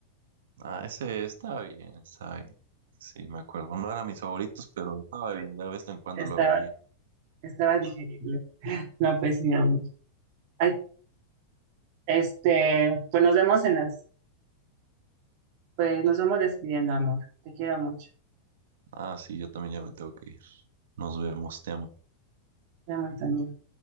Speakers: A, on the right; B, on the right.
A: Ah, ese está bien, está bien. Sí, me acuerdo. No eran mis favoritos, pero estaba bien, de vez en cuando
B: Estaba,
A: lo veía.
B: estaba digerible. No, pues sí, amor. Ay, este, pues nos vemos en las, pues nos vamos despidiendo, amor. Te quiero mucho.
A: Ah, sí, yo también ya me tengo que ir. Nos vemos, te amo.
B: Te amo y también.